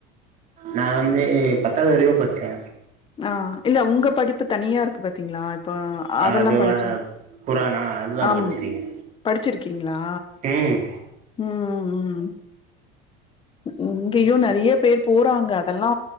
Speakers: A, on the right; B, on the left.
A: நா வந்து பத்தாவது வரைக்கு பட்ச்சே
B: ஆ இல்ல உங்க படிப்பு தனியா இருக்கு பாத்தீங்களா அப்ப அதெல்லா
A: அது
B: படிச்சு
A: வ குரானா அதுதா
B: ஆம்
A: படிச்சிருக்கே
B: படிச்சிருக்கீங்களா
A: ம்
B: உம் உம் ம் இங்கயு நெறைய பேர் போறாங்க அதெல்லா